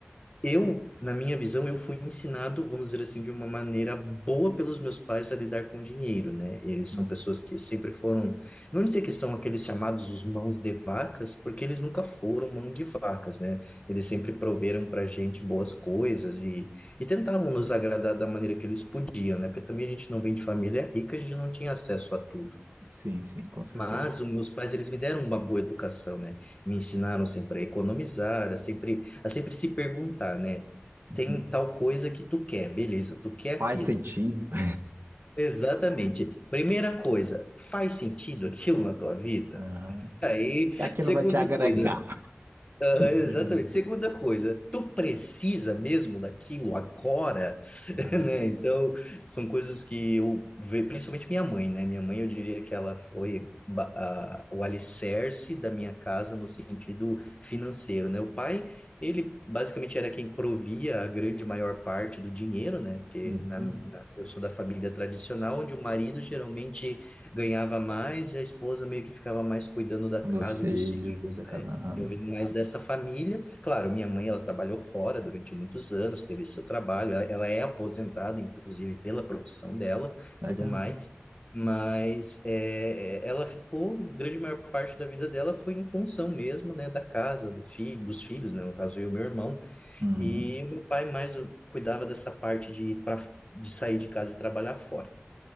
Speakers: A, on the left; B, on the right.
A: Eu, na minha visão, eu fui ensinado, vamos dizer assim, de uma maneira boa pelos meus pais a lidar com dinheiro, né? Eles
B: Uhum.
A: são pessoas que sempre foram, não dizer que são aqueles chamados os mãos de vacas, porque eles nunca foram mão de vacas, né? Eles sempre proveram pra gente boas coisas e, e tentavam nos agradar da maneira que eles podiam, né? Porque também a gente não vem de família rica, a gente não tinha acesso a tudo.
B: Sim, sim, com certeza.
A: Mas os meus pais, eles me deram uma boa educação, né? Me ensinaram sempre a economizar, a sempre, a sempre se perguntar, né?
B: Uhum.
A: Tem tal coisa que tu quer, beleza, tu quer
B: Faz
A: aquilo.
B: sentido. <laughs>
A: Exatamente. Primeira coisa, faz sentido aquilo na tua vida?
B: Aham.
A: Aí,
B: E Aquilo
A: segunda
B: vai te agregar.
A: coisa, ah,
B: Uhum.
A: exatamente. Segunda coisa, tu precisa mesmo daquilo agora, <laughs>
B: Aham.
A: né? Então, são coisas que eu vejo, principalmente minha mãe, né? Minha mãe, eu diria que ela foi ba- a- o alicerce da minha casa no sentido financeiro, né? O pai, ele basicamente era quem provia a grande maior parte do dinheiro, né? Porque
B: Uhum.
A: na- na- eu sou da família tradicional, onde o marido geralmente ganhava mais e a esposa meio que ficava mais cuidando da
B: Um
A: casa
B: dos filhos
A: e dos filhos,
B: e da casa.
A: né?
B: Aham.
A: Eu vim mais dessa família. Claro, minha mãe, ela trabalhou fora durante muitos anos, teve seu trabalho. Ela ela é aposentada, inclusive, pela profissão dela,
B: Legal.
A: tudo mais. Mas é, ela ficou, grande maior parte da vida dela foi em função mesmo, né, da casa, do filho, dos filhos, né, no caso eu e meu irmão.
B: Uhum.
A: E o meu pai mais cuidava dessa parte de ir pra, de sair de casa e trabalhar fora.